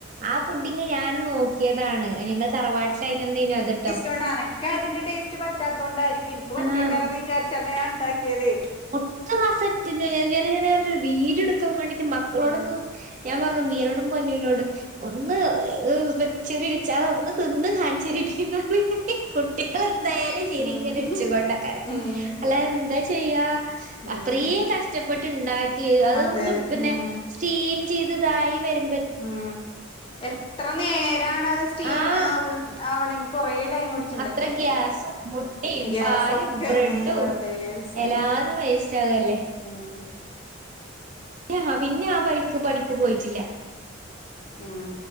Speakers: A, on the right (about 35°); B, on the left (about 25°).
A: ആ പുഡിന്ന് ഞാൻ നോക്കിയതാണ് ഞങ്ങള് തറവാട്ടിലാ അതിന് അത്ട്ടോ
B: നോണ്ടാ അനക്കെ അതിന്റെ ടേസ്റ്റ് പറ്റാത്തോണ്ടായിരിക്കും എനിക്ക് പറ്റിയേക്കാരന്ന്
A: ആഹ്
B: വിചാരിച്ചാണ് ഞാൻ ഉണ്ടാക്കിയതേ
A: ഒറ്റ മാസാ ട്ടിണ്ട് ഞാങ്ങനങ്ങനെ ഒരു വീഡിയോ എടുക്കാൻ വേണ്ടിട്ട് മക്കളോടോന്ന്
B: ഉം
A: ഞാൻ പറഞ്ഞു മീരെടും പൊന്നുനോടും ഒന്ന് പിന്നെ ചെറിയോര്ച്ചാ ഒന്ന് തിന്ന് കാണിച്ചിരിക്കുന്നത് ഹ് കുട്ടികളല്ലേ എന്തായാലും ചിരിക്കണ്
B: ഉം
A: ഇച്ചുകൊണ്ടക്കാര
B: ഉം
A: അല്ല എന്താ ചെയ്യാ
B: ഉം
A: അത്രയും കഷ്ടപ്പെട്ടുണ്ടാക്കി ക്കി അത്
B: അതെ
A: പിന്നെ
B: ഉം
A: സ്റ്റീം ചെയ്ത് ഇതായി വരുമ്പ
B: ഉം എത്ര നേരാണ് അത് സ്റ്റീംമ്
A: ആഹ്
B: ആവണ് ആവിണെങ്കിൽ കൊറ ടൈം പിടി
A: അത്ര ഗ്യാസും, മുട്ടയും,
B: ഗ്യാസൊക്കെ
A: പാലും, ബ്രെഡും
B: ഉം വെറുതെ മിസ്സായി
A: എല്ലാത വേസ്റ്റ് ആവല്ലേ
B: ഉം
A: യഹ് പിന്നെ ആ ബൈക്ക് പണിക്ക് പോയിട്ടില്ല
B: ഉം